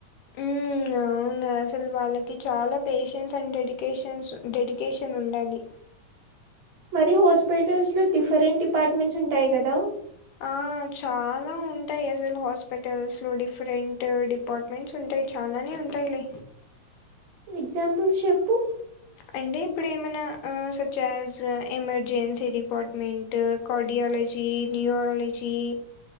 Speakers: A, on the left; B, on the right.
A: ఉ ఆ అవునా అసలు వాళ్ళకి చాలా పేషన్స్ అండ్ డెడికేషన్స్ డెడికేషన్ ఉండాలి
B: మరి హాస్పిటల్స్లో డిఫరెంట్ డిపార్ట్మెంట్స్ ఉంటాయి గదా
A: ఆ చాలా ఉంటాయి ఎస్ఎల్ హాస్పిటల్స్లో డిఫరెంట్ డిప్ అపార్ట్మెంట్స్ ఉంటాయి చాలానే ఉంటాయిలే
B: ఎగ్జాంపుల్స్ చెప్పు
A: అంటే ఇప్పుడు ఏమైనా such as emergency department cardiology, neurology